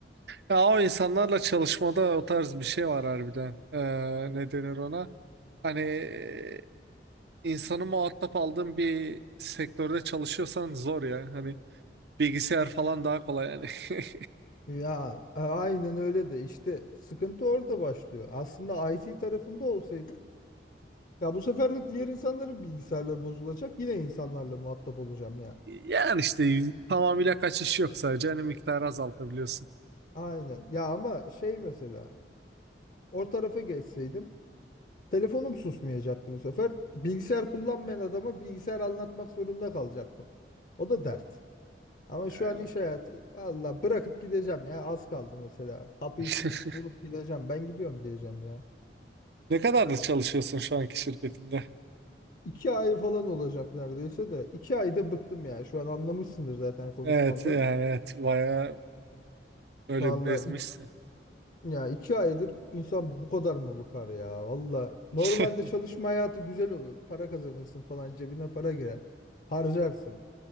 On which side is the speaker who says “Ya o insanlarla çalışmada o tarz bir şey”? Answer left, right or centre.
Right